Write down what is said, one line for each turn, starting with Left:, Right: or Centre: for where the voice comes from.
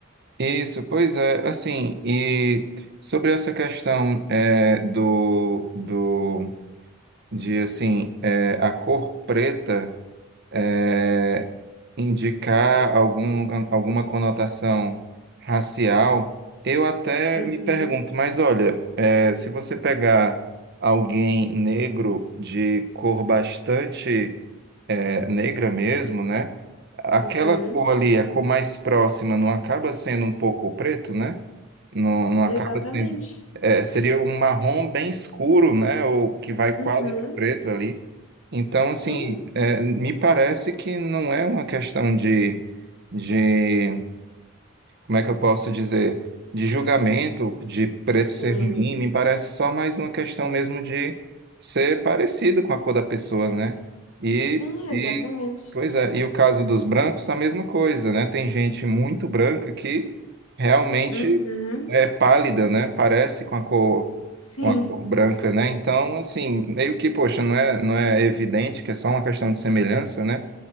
Right: Isso, pois é, assim, e sobre essa questão é, do, do, de, assim, é, a cor preta é, indicar algum, alguma conotação racial, eu até
Left: Uhum,
Right: me pergunto, mas olha, é, se você pegar alguém negro de cor bastante é, negra mesmo, né? Aquela
Left: uhum,
Right: cor ali, a cor mais próxima, não acaba sendo um pouco preto, né? Não, não
Left: exatamente.
Right: acaba sendo. é, seria um marrom bem escuro, né? Ou que vai
Left: Uhum,
Right: quase de preto ali. Então,
Left: sim,
Right: assim, é, me parece que não é uma questão de, de como é que eu posso dizer, de julgamento, de preto
Left: sim,
Right: ser ruim, me parece só mais uma questão mesmo de ser parecido com a cor da pessoa, né? E,
Left: sim, exatamente.
Right: e pois é, e o caso dos brancos, a mesma coisa, né? Tem gente muito branca que realmente
Left: Uhum,
Right: é pálida, né? Parece com a cor,
Left: sim,
Right: com a cor branca, né? Então, assim, meio que, poxa, não é, não é evidente que é só uma questão de semelhança, né?